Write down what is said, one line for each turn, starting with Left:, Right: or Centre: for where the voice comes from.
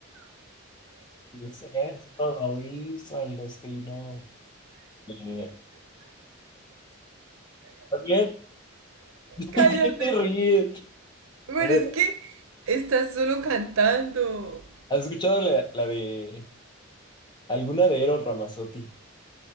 Left: Pues esto lo hizo el destino. Eh, también, <laughs>
Right: Cállate.
Left: ¿qué te ríes?
Right: Pero
Left: A ver,
Right: es que estás solo cantando.
Left: ¿has escuchado la, la de alguna de Eros Ramazzotti?